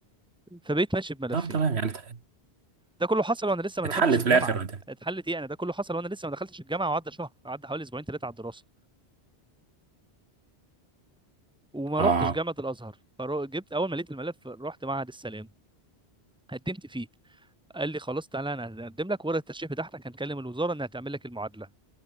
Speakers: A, in the centre; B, on the right (about 75°).
A: فبقيت ماشي بملفين
B: طب تمام يعني ات-
A: ده كله حصل وانا لسه ما
B: اتحلت
A: دخلتش الجامعه
B: في الآخر وده
A: اتحلت ايه انا ده كله حصل وانا لسه ما دخلتش الجامعه وعدى شهر عدى حوالي اسبوعين ثلاثه على الدراسه وما
B: اه
A: رحتش جامعه الازهر فجبت اول ما لقيت الملف رحت معهد السلام قدمت فيه قال لي خلاص تعالى انا هقدم لك ورقه الترشيح بتاعتك هنكلم الوزاره انها تعمل لك المعادله